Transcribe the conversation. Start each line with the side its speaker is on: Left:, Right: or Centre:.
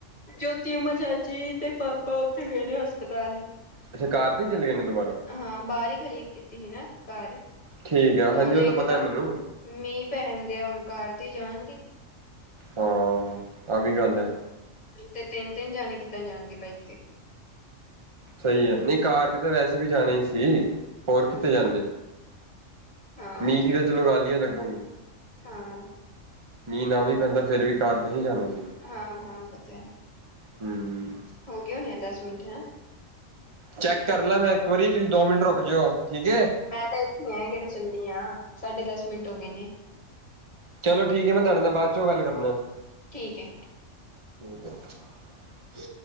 Left: ਜੋਤੀ ਉਮਾ ਚਾਚੀ ਤੇ ਪਾਪਾ ਉੱਥੇ ਗਏ ਨੇ ਹਸਪਤਾਲ।
Right: ਅੱਛਾ ਕਾਰ ਤੇ ਹੀ ਚਲੇ ਗਏ ਨੇ ਦੁਬਾਰਾ।
Left: ਹਾਂ ਬਾਰ ਹੀ ਖੜੀ ਕੀਤੀ ਏ ਨਾ ਕਾਰ
Right: ਠੀਕ ਆ
Left: ਹੁਣ
Right: ਹਾਂਜੀ ਉਹ
Left: ਇੱਕ
Right: ਪਤਾ
Left: ਤਾਂ
Right: ਮੈਨੂੰ
Left: ਮੀਂਹ ਪੈਨ ਡੇਆ ਹੁਣ ਕਾਰ ਤੇ ਹੀ ਜਾਣਗੇ।
Right: ਹਾਂ ਆ ਵੀ ਗੱਲ ਹੈ।
Left: ਤੇ ਤਿੰਨ-ਤਿੰਨ ਜਾਣੇ ਕਿੱਦਾਂ ਜਾਣਗੇ ਬਾਈਕ ਤੇ।
Right: ਸਹੀ ਹੈ ਨਹੀ ਕਾਰ ਤੇ ਤਾਂ ਵੈਸੇ ਵੀ ਜਾਣੇ ਹੀ ਸੀ ਹੋਰ
Left: ਹਾਂ
Right: ਕਿੱਥੇ ਜਾਂਦੇ।
Left: ਹਾਂ
Right: ਮੀਂਹ
Left: ਉਹ
Right: ਦੀ
Left: ਪਤਾ
Right: ਤਾਂ ਚਲੋ ਗਾਲ ਹੀ ਅਲੱਗ ਹੋ ਗਈ।
Left: ਹਾਂ
Right: ਮੀ ਨਾ ਵੀ ਪੈਂਦਾ ਫਿਰ ਵੀ ਕਾਰ ਤੇ ਹੀ ਜਾਣਾ ਸੀ।
Left: ਹਾਂ-ਹਾਂ ਪਤਿਆ
Right: ਹਮ
Left: ਹੋ ਗੇ ਹੋਣੇ ਆ ਦਸ ਮਿੰਟ ਹੈਂ।
Right: ਚੈੱਕ ਕਰ ਲੈ ਮੈਂ ਇੱਕ ਵਾਰੀ ਤੁਸੀਂ ਦੋ ਮਿੰਟ ਰੁਕ ਜਇਓ ਠੀਕ ਹੈ।
Left: ਮੈਂ ਤਾਂ ਇੱਥੇ ਆ ਕਿਹੜੇ ਚੱਲੀਆ ਸਾਢੇ ਦਸ ਮਿੰਟ ਹੋ ਗੇ ਨੇ।
Right: ਚਲੋ ਠੀਕ ਹੈ ਮੈਂ ਤੁਹਾਡੇ ਨਾਲ ਬਾਦ ਚੋਂ ਗੱਲ ਕਰਨਾ।
Left: ਠੀਕ ਹੈ।
Right: ਠੀਕ ਏ।